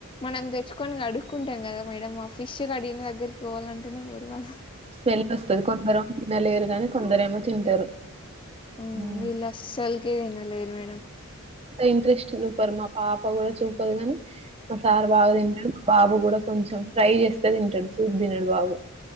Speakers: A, on the left; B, on the right.
A: మనం తెచ్చుకొని కడుక్కుంటాం కదా మేడం ఆ ఫిష్ కడిగిన దగ్గరికి పోల్ల గంటేనే. పోరు వాళ్ళు
B: స్మెల్ వస్తది కొందరు తినలేరు గాని కొందరేమో తింటారు
A: ఉ
B: హ్మ్.
A: వీళ్ళు అస్సలకి తినలేరు మేడం
B: అంతా ఇంట్రెస్ట్ చూపరు మా పాప కూడా చూపదు కానీ మా సార్ బాగా తింటడు మా బాబు కూడా కొంచెం ఫ్రై చేస్తే తింటాడు సూప్ తినడు బాబు